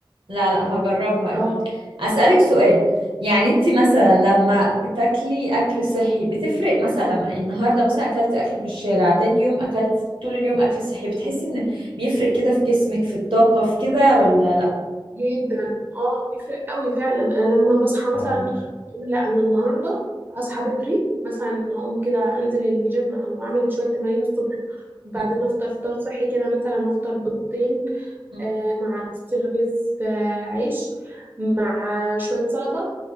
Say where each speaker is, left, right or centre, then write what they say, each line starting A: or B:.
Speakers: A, on the right; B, on the right.
A: لا لا هجربها اكيد
B: اه
A: اسألك سؤال يعني انت مثلا لما بتاكلي اكل صحي بتفرق مثلا لما النهارده مثلا اكلتي اكل من الشارع تاني يوم اكلتي طول اليوم اكل صحي بتحسي ان بيفرق كده في جسمك في الطاقة في كده ولا لا
B: جدا اه بيفرق قوي فعلا انا لما بصحى مثلا
A: اه
B: أقول لا انا النهارده هصحى بدري مثلا هقوم كده انزل الجيم او اعمل شويه تمارين الصبح وبعدين
A: م-
B: افطر فطار صحي كده مثلا افطر بيضتين
A: م-
B: آه، مع نص رغيف آه، عيش مع شويه سلطه